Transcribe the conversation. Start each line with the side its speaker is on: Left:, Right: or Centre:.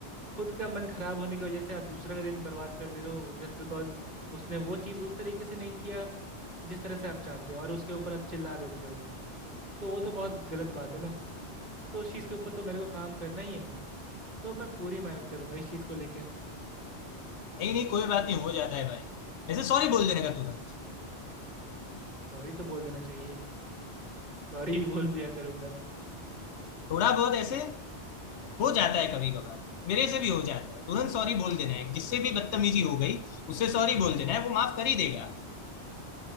Right: खुद का मन खराब होने की वजह से आप दूसरा का दिन बर्बाद कर दे रहे हो जस्ट बिकॉज उसने वो चीज उस तरीके से नहीं किया जिस तरह से आप चाहते हो और उसके ऊपर आप चिल्ला देते हो तो वो तो बहुत गलत बात है ना तो उस चीज के ऊपर तो मेरे को काम करना ही है तो मैं पूरी मेहनत करूंगा इस चीज को लेके
Left: नहीं नहीं कोई बात नहीं हो जाता है भाई ऐसे सॉरी बोल देने का तुरंत
Right: सॉरी तो बोल देना चाहिए सॉरी भी बोल दिया करूंगा
Left: थोड़ा बहुत ऐसे हो जाता है कभी कभार मेरे से भी हो जाता है तुरंत सॉरी बोल देना है जिससे भी बदतमीजी हो गई उससे सॉरी बोल देना है वो माफ कर ही देगा